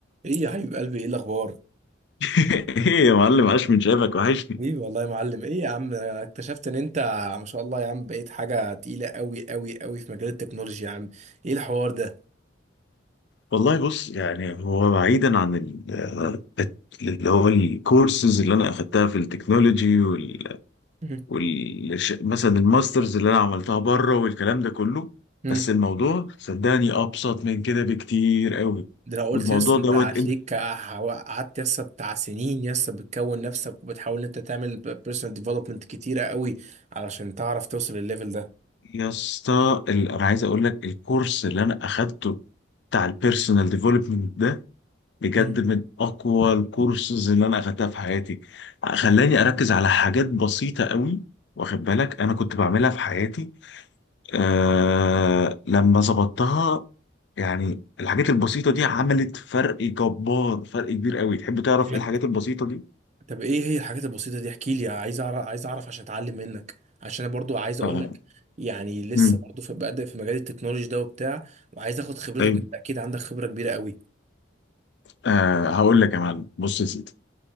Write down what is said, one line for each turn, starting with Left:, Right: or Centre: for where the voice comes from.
Right: ايه يا حبيب قلبي ايه الاخبار
Left: <laughs> ايه يا معلم عاش من شافك وحشني
Right: حبيبي والله يا معلم ايه يا عم اكتشفت ان انت ما شاء الله يا عم بقيت حاجه تقيله قوي قوي قوي في مجال التكنولوجيا يا عم ايه الحوار ده
Left: والله بص يعني هو بعيدا عن ال- اللي هو الكورسز اللي انا اخدتها في التكنولوجي وال,
Right: مهم.
Left: وال... مثلا الماسترز اللي انا عملتها بره والكلام ده كله
Right: مم.
Left: بس الموضوع صدقني ابسط من كده بكتير قوي
Right: ده لو قلت
Left: والموضوع
Right: يس انت
Left: دوت
Right: هتليك
Left: انت
Right: قعدت يس بتاع سنين يس بتكون نفسك وبتحاول ان انت تعمل بيرسونال ديفلوبمنت كتيره قوي علشان تعرف توصل للليفل ده
Left: يا اسطى ال- انا عايز اقول لك الكورس اللي انا اخدته بتاع البيرسونال ديفلوبمنت ده بجد
Right: مم.
Left: من اقوى الكورسز اللي انا اخدتها في حياتي خلاني اركز على حاجات بسيطه قوي واخد بالك انا كنت بعملها في حياتي آه لما ظبطتها يعني الحاجات البسيطه دي عملت فرق جبار فرق كبير قوي تحب تعرف
Right: بجد
Left: ايه الحاجات البسيطه دي
Right: طب ايه هي الحاجات البسيطة دي احكي لي عايز اعرف عايز اعرف عشان اتعلم منك عشان انا برضو عايز اقول
Left: آه.
Right: لك يعني لسه
Left: مم.
Right: برضو في بادئ في مجال التكنولوجي ده وبتاع وعايز اخد خبرتك
Left: طيب
Right: انت اكيد عندك خبرة كبيرة قوي
Left: آه هقول لك يا معلم بص يا سيدي